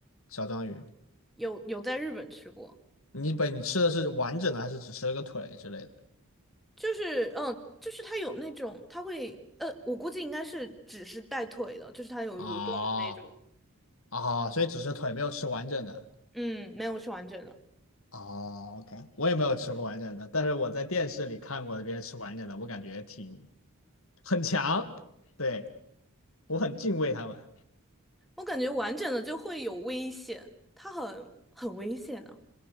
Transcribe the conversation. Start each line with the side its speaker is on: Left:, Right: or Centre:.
Left: 小章鱼？
Centre: 有有在日本吃过，
Left: 你不，你吃的是完整的，还是只吃了个腿之类的？
Centre: 就是嗯就是它有那种它会呃我估计应该是只是带腿的，就是它有蠕动的那种，
Left: 哦哦，所以只是腿没有吃完整的。
Centre: 嗯没有吃完整的。
Left: 哦，OK，我也没有吃过完整的，但是我在电视里看过别人吃完整的，我感觉挺很强，对，我很敬畏他们。
Centre: 我感觉完整的就会有危险，它很很危险呢、